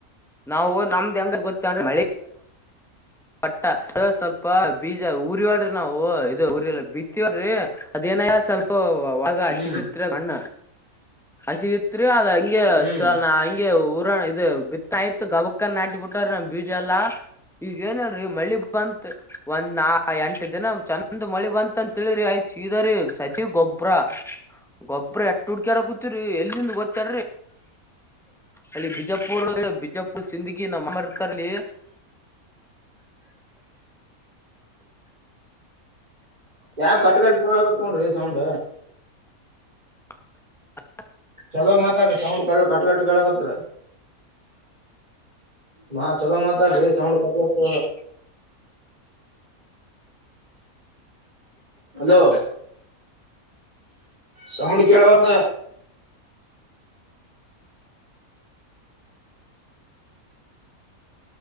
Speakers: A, in the centre; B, on the right.
A: ನಾವು ನಮ್ದ ಅಂಗ ಗೊತ್ತೇ್ರ. ಪಟ್ಟ ಸ್ವಲ್ಪ ಬೀಜ ಊರಿಯಳ್ರಿ ನಾವವು ಇದು ಊರಿಲ್ಲ ಬಿತವಳ್ರಿ ಅದ. ನ ಸ್ವಲ್ಪ ಒಾಗ ಹಸಿದಿತ್
B: ಹ್ಮ್
A: ಅಣ್ಣ ಹಸಿದಿ. ತ್ರಿ ಅದ್ ಹಂಗೆ
B: ಹ್ಮ್
A: ಹಗೆ ಊರ ಇ ಬಿತ್ತಯ್ತು ಗವಕ್. ಕ್ಕ ನಾಟಿ ಬಿಟ್ಟ್ರ ನ್ ಬೀಜ ಎಲ್ಲಾ ಈಗ. ಏನ್ ಹೇಳ್ರಿ ಮಳಿ ಬಂತತ್ ಒಂದ್ ನಾ ಎಂಟ ದಿನ ಚಂದ್ ಮಳಿ ಬಂತ ಅಂತ ತಿಳಿಿ ಆಯ್. ಸದ ಗೊಬ್ರ ಗೊಬ್ಬ್ರ ಎಟ್ಟ ಹುಡ್ಕ ಆಡ ಕೂ. ಇಲ್ಲಿಂದ ಗೊತ್ತಾಡ್ರಿ ಅಲ್ಲಿ ಬಿಜಾಪುರ್ ಬಿಜಾು.. ಲ್ ಸಿನ್ದಗಿ ನಮ್ಮರ್ತರಲಿ.
B: ಯಾಕ ಕಟ್ ಕಟ್ಟಗ ನೋೊಂಡ್ರಿ ಸೌಂಡ.
A: <unintelligible>
B: ಚಲೋ ಮಾತಾಡ್ರ ಸೌಂಡ್ ಕ ಕಟ್ ಕಟ್ ಕಳಕತ್. ಮಾ ಚಲೋ ಮತ್ತ ಗ ಸಾೌಂಡ ಕಟ್ಟ. ಹಲೋ. ಸೌಂಡ್ ಕೇಳಬೇಕು.